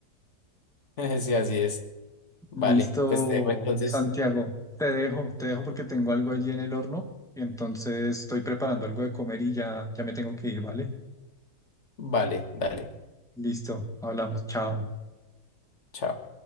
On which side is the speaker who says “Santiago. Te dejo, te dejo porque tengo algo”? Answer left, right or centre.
Centre